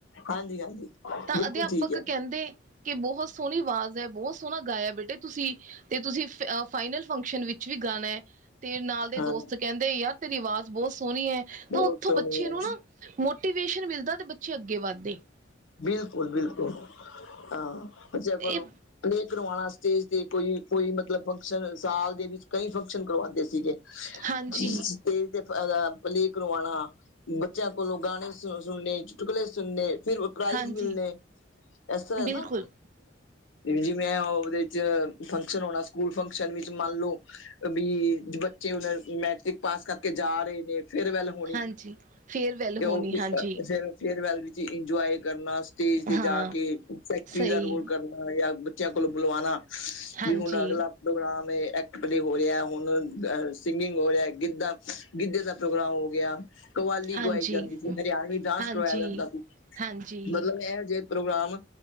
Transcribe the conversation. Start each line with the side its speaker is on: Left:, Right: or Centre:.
Left: ਹਾਂਜੀ। ਹਾਂਜੀ
Right: ਤਾਂ
Left: ਬਿਲਕੁਲ
Right: ਅਧਿਆਪਕ
Left: ਠੀਕ ਹੈ
Right: ਕਹੈਂਦੇ ਕੇ ਬਹੋਤ ਸੋਹਨੀ ਆਵਾਜ਼ ਹੈ, ਬਹੋਤ ਸੋਹਨਾ ਗਾਇਆ ਬੇਟੇ ਤੁਸੀਂ ਤੇ ਤੁਸੀਂ ਫਾਈਨਲ ਫੰਕਸ਼ਨ ਵਿੱਚ ਵੀ ਗਾਨੈ ਤੇ ਨਾਲ ਦੇ
Left: ਹਾਂ
Right: ਦੋਸਤ ਕੈਹੰਦੇ ਯਾਰ ਤੇਰੀ ਅਵਾਜ਼ ਬੋਤ ਸੋਨੀ ਐ।
Left: ਬਹੁਤ
Right: ਤੋ ਓਥੋਂ
Left: ਸੋਹਣੀ
Right: ਬੱਚੇ
Left: ਹੈ
Right: ਨੂੰ ਨਾ ਮੋਟੀਵੇਸ਼ਨ ਮਿਲਦਾ ਤੇ ਬੱਚੇ ਅੱਗੇ ਵੱਧਦੇ।
Left: ਬਿਲਕੁਲ-ਬਿਲਕੁਲ, ਹਾਂ ਬੱਚਿਆ ਕੋਲੋਂ
Right: ਇਹ
Left: ਪਲੇਅ ਕਰਵਾਣ ਆਸਤੇ ਤੇ ਕੋਈ ਕੋਈ ਮਤਲਬ ਫੰਕਸ਼ਨ ਸਾਲ ਦੇ ਵਿੱਚ ਕਈ ਫੰਕਸ਼ਨ ਕਰਵਾਂਦੇ ਸੀਗੇ।
Right: ਹਾਂਜੀ
Left: ਸਟੇਜ ਤੇ ਪਲੇ ਕਰਵਾਣਾ ਬੱਚਿਆਂ ਕੋਲੋਂ ਗਾਣੇ ਸੁ ਸੁਨਨੇ, ਚੁਟਕਲੇ ਸੁਨਨੇ ਫਿਰ ਪ੍ਰਾਈਜ਼
Right: ਹਾਂਜੀ
Left: ਮਿਲਨੇ, ਐਸ ਤਰ੍ਹਾਂ
Right: ਬਿਲਕੁਲ
Left: ਐ ਨਾ ਜਿਵੇਂ ਓਹਦੇ ਚ ਫੰਕਸ਼ਨ ਹੋਨਾ ਸਕੂਲ ਫੰਕਸ਼ਨ ਵਿੱਚ ਮੰਨ ਲਓ ਬੀ ਬੱਚੇ ਹੋ ਜਾਨ ਮੈਟ੍ਰਿਕ ਪਾਸ ਕਰਕੇ ਜਾ ਰਏ ਨੇ, ਫੇਰਵੈਲ ਹੋਣੀ
Right: ਹਾਂਜੀ ਫੇਅਰਵੈਲ
Left: ਤੇ
Right: ਹੋਣੀ
Left: ਉਹ ਫ
Right: ਹਾਂਜੀ
Left: ਫਿਰ ਫੇਰਵੈਲ ਵਿੱਚ ਇੰਜੋਏ ਕਰਨਾ ਸਟੇਜ ਤੇ
Right: ਹਾਂ
Left: ਜਾ ਕੇ ਸੈਕਟਰੀ
Right: ਸਹੀ
Left: ਦਾ ਰੋਲ ਕਰਨਾ ਜਾਂ ਬੱਚਿਆਂ ਕੋਲੋ ਬੁਲਵਣਾ
Right: ਹਾਂਜੀ
Left: ਵੀ ਹੁਣ ਅਗਲਾ, ਪ੍ਰੋਗਰਾਮ ਏ, ਐਕਟ, ਪਲੇ ਹੋ ਰਿਐ, ਹੁਣ ਸਿੰਗਿੰਗ ਹੋ ਰਿਐ, ਗਿੱਦਾ, ਗਿੱਦੇ ਦਾ ਪ੍ਰੋਗਰਾਮ ਹੋ ਗਯਾ। ਕਵਾਲੀ
Right: ਹਾਂਜੀ
Left: ਗਵਾਈ ਜਾਂਦੀ ਸੀ, ਹਰਿਆਨਵੀ ਡਾਂਸ
Right: ਹਾਂਜੀ
Left: ਕਰਵਾਇਆ ਜਾਂਦਾ ਸੀ।
Right: ਹਾਂਜੀ
Left: ਮਤਲਬ ਐਹੋ ਜੇਹੇ ਪ੍ਰੋਗਰਾਮ